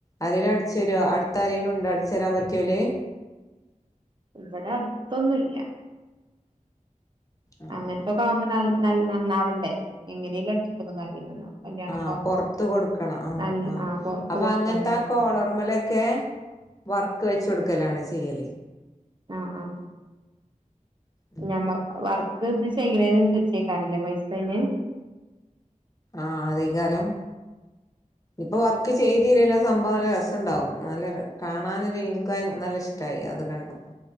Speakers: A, on the left; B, on the right.
A: ആരെലും അട്ചേരോ അടുത്താരരെങ്കിലുണ്ടോ അട്ചേരാൻ പറ്റിയോൽ
B: ഇവടെ അട്ത്തൊന്നുംല്ല
A: ആഹ്
B: അങ്ങൻത്തൊക്കാകുമ്പോ നൽ നൽ നന്നാവണ്ടേ എങ്ങനേലും അട്ച്ട്ടൊന്നും കാര്യല്ലല്ലോ കല്യാണൊക്കെ
A: ആഹ്
B: ആവുമ്പോ
A: പൊറ്ത്ത് കൊടുക്കണം ആ
B: നല്ല
A: ആഹ്
B: ആ പൊറത്ത്
A: അപ്പൊ
B: കൊടുത്താണ്
A: അങ്ങൻത്ത ആ കോളർമലൊക്കെ വർക്ക് വെചൊട്ക്കലാണ് ചെയ്യല്
B: അ ഹ് ആഹ്
A: ഉം
B: ഞമ്മ വർക്ക് ഇത് ചെയ്യിണേനും കിട്ടേകാരലെ പൈസയ്ന്
A: ആഹ് അദേകാരം ഇപ്പൊ വർക്ക് ചെയ്തില്ലേലും ആ സംഭവം നല്ല രസണ്ടാവും നല്ലര് കാണാനൊരു ഇൻക്ക് നല്ലഷ് ട്ടായി അത് കണ്ടപ്പോ